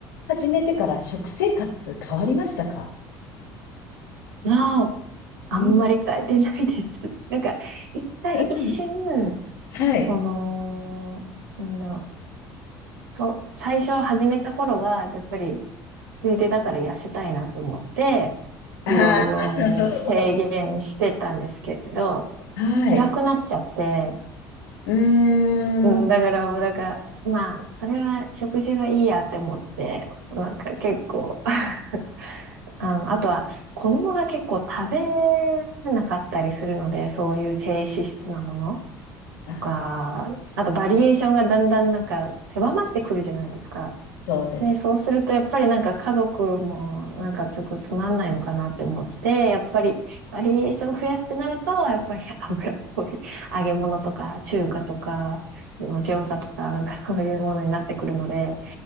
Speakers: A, on the left; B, on the right.
A: 始めてから食生活変わりましたか
B: まあ、あんまり変えてないです。
A: うん、
B: <laughs> なんか、一回一瞬、
A: <laughs> はい。
B: その、なんだろう、そう、最初始めた頃は、やっぱり、ついでだから痩せたいなと思って、いろいろ制限してたんですけど、
A: ああ、<laughs> はい。
B: 辛くなっちゃって、
A: うーん。
B: うん、だからもうなんか、まあ、それは食事はいいやって思って、なんか結構 <laughs> あの、あとは、子供が結構食べなかったりするので、そういう低脂質なもの
A: あ、
B: とか、あとバリエーションがだんだんなんか狭まってくるじゃないですか。
A: そうです。
B: で、そうするとやっぱりなんか家族もなんかちょっとつまんないのかなって思って、やっぱりバリエーション増やすってなると、やっぱり油っぽい揚げ物とか中華とか、餃子とかなんかそういうものになってくるので、っ